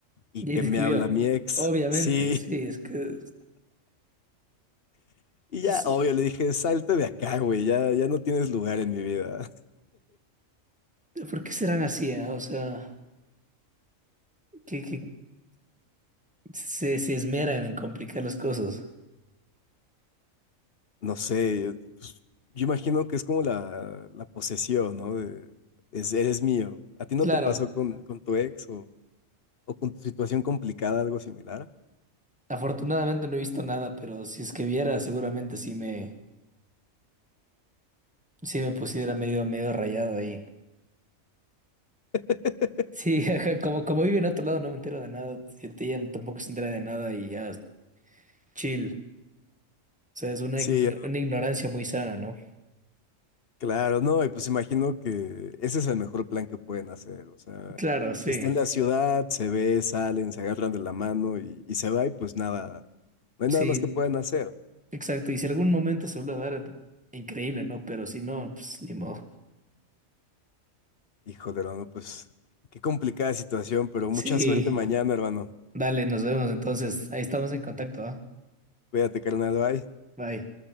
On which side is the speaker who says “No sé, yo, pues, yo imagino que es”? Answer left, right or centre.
Left